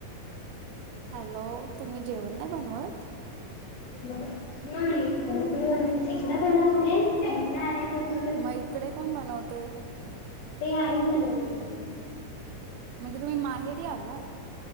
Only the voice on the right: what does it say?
हॅलो तुम्ही जेवण नाही बनवत
मग इकडे कोण बनवते.
म्हणजे तुम्ही माहेरी आलात.